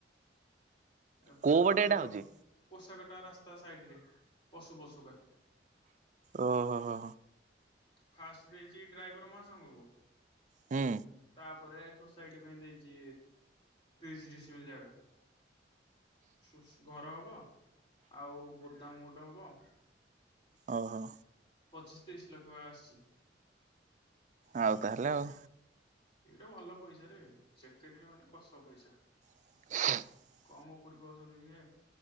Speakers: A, on the left; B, on the right.
A: କେ ଏ
B: କୋଉ
A: ସେପଟେ
B: ପଟେ ଏଇଟା
A: ଏ ଯୋଉ
B: ହଉଛି?
A: କଷ ରା କଟା ରାସ୍ତା ସାଇଡ ରେ ପଶୁ ପଶୁକା
B: ଓ ହୋ ହୋ
A: ଫାଷ୍ଟ ଦେଇଛି ଡ୍ରାଇଭର ମା ସାଙ୍ଗକୁ
B: ହୁଁ।
A: ତାପରେ ସୋସାଇଟି ପାଇଁ ଦେଇଛି ତିରିଶ ଡିଶ ଜାଗା <unintelligible> ଘର ହେବ ଆଉ ଗୋଦାମ ଗୋଟେ ହେବ।
B: ଓହୋ।
A: ପଚିଶ ତିରିଶ ଲକ୍ଷ ଆସିଛି।
B: ଆଉ ତାହେଲେ ଆଉ
A: ଏଇଟା ଭଲ ପଇସା ରେ ସେକ୍ରେଟାରୀ ମାନେ କଷ ପଇସା।
B: <inaudible>
A: କମ୍ ଉପୁରୀ ପାଉଛନ୍ତି କି ସିଏ।